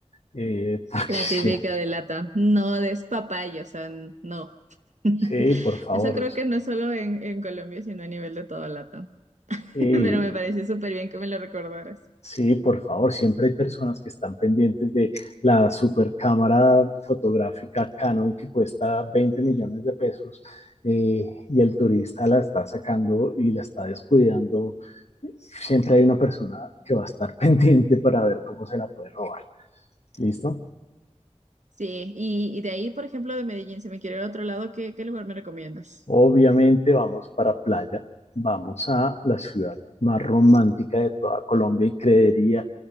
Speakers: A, on the left; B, on the right.
A: eh, <laughs> porque
B: La
A: sí,
B: típica de lata, no despapalle, o sea, n- no. <laughs>
A: sí, por favor.
B: Eso creo
A: o sea,
B: que no solo en, en Colombia, sino a nivel de toda lata. <laughs>
A: eh,
B: Pero me pareció súper bien que me lo recordaras.
A: Sí, por favor, siempre hay personas que están pendientes de la super cámara fotográfica Canon que cuesta 20 millones de pesos eh, y el turista la está sacando y la está descuidando. Siempre hay una persona que va a estar <laughs> pendiente para ver cómo se la puede robar. ¿Listo?
B: Sí, y, y de ahí, por ejemplo, de Medellín, si me quiero ir a otro lado, ¿qué, qué lugar me recomiendas?
A: Obviamente vamos para playa, vamos a la ciudad más romántica de toda Colombia y creería